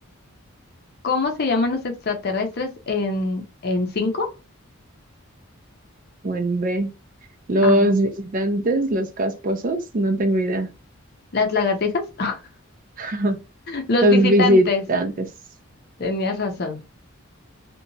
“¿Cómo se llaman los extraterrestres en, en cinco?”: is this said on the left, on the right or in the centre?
Left